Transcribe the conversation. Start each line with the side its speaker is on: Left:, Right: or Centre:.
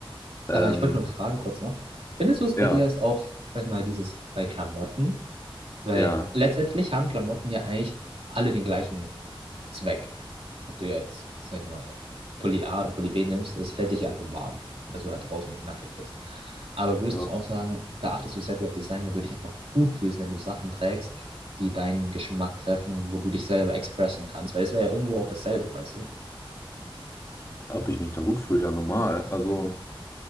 Left: Ähm,
Right: Aber ich wollte nur fragen kurz noch, findest du es bei
Left: ja,
Right: dir ist auch, sag ich mal, dieses bei Klamotten? Weil
Left: ja,
Right: letztendlich haben Klamotten ja eigentlich alle den gleichen Zweck. Ob du jetzt, sag ich mal, Pulli A oder Pulli B nimmst, das hält dich einfach warm, dass du halt draußen nicht nackig bist. Aber würdest
Left: ja.
Right: du auch sagen, da achtest du sehr viel auf Design, wenn du dich einfach gut fühlst, wenn du Sachen trägst, die deinen Geschmack treffen, wo du dich selber expressen kannst, weil es wäre ja irgendwo auch dasselbe, weißt du?
Left: Ob ich mich dann gut fühle, ja normal. Also.